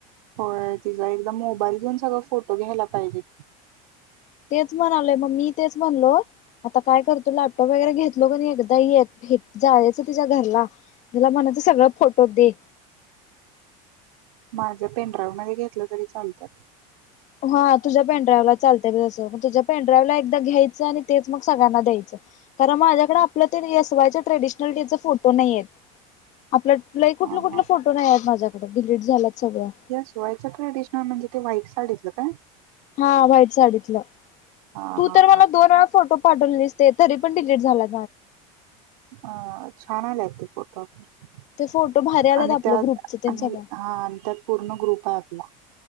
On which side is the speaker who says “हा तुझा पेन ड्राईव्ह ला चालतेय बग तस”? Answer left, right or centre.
Left